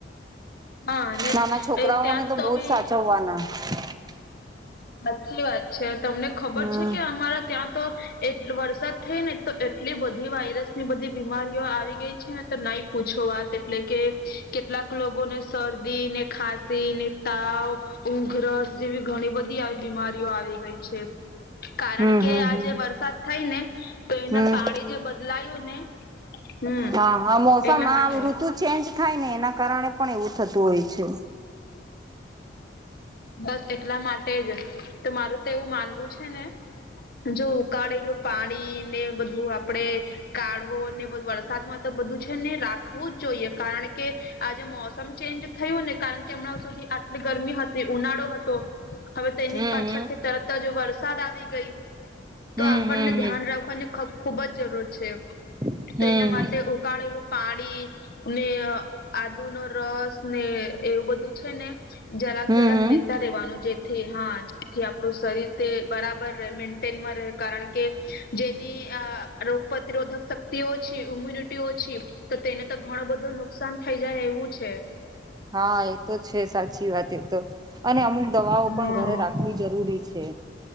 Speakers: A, on the left; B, on the right.
A: હા અને
B: નાના છોકરાઓને
A: એ ત્યાં તો
B: બહુ
A: બી
B: <unintelligible>
A: સાચી વાત છે તમને ખબર
B: હમ
A: છે કે અમારા ત્યાં તો એ વરસાદ થઈ ને તો એટલી બધી વાયરસ ની બધી બીમારીઓ આવી ગઈ છે ને તો નાઇટ પૂછો વાત એટલે કે કેટલાક લોકોને શરદીને ખાંસી ને તાવ ઊંઘરસ જેવી ઘણી બધી આવી બીમારીઓ આવી ગઈ છે. કારણ
B: હમ
A: કે
B: હમ
A: આજે
B: હમ
A: વરસાદ થઈ ને તો એના
B: હમ
A: પાણી જે બદલાયું ને હમ
B: હા હા મોસમ
A: એના
B: આ
A: માટે
B: ઋતુ ચેન્જ થાય ને એના કારણે પણ એવું થતું હોય છે.
A: બસ એટલા માટે જ તે મારું તો એવું માનવું છે ને જો ઉકાળેલું પાણી ને બધું આપડે કાઢવો નેબ વરસાદમાં તો બધું છે ને રાખવું જ જોઈએ કારણ કે આજે મોસમ ચેન્જ થયું ને કારણ કે હમણાં સુધી આટલી ગરમી હતી. ઉનાળો હતો હવે તેની
B: હમ
A: પાછળથી તરત જ વરસાદ આવી ગઈ. તો
B: હમ
A: આપણને
B: હમ
A: ધ્યાન રાખવાની ખુબ જ જરૂર છે.
B: હમ
A: તો એના માટે
B: હમ
A: ઉકાળેલું પાણી ને આદુનો રસ ને એવું બધું છે ને જરાક
B: હમ
A: જરાક
B: હમ
A: લે લેતા રહેવાનું જેથી હા જેથી આપણું શરીર તે બરાબર મેન્ટેનમાં રહે કારણ કે જેની રોગ પ્રતિરોધક શક્તિ ઓછી ઇમ્યુનિટી ઓછી તો તેને તો ઘણો બધું નુકસાન થઈ જાય એવું છે.
B: હા એ તો છે સાચી વાત એ તો અને અમુક દવાઓ પણ
A: હા
B: ઘરે રાખવી જરૂરી છે.